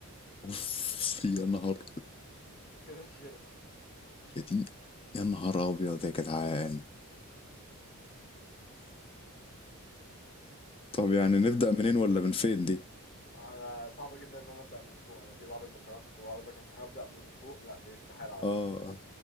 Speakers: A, on the left; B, on the left.
A: أوف يا نهار
B: كريس جيريكو <laughs>
A: يا دي يا نهار أبيض يا جدعان طب يعني نبدأ منين ولا من فين دي
B: انا صعب جدا ان انا ابدا من فوق انا في بعض المقارنات كنت بقول لك مثلا هبدا من فوق لا دي استحاله اعرف
A: آه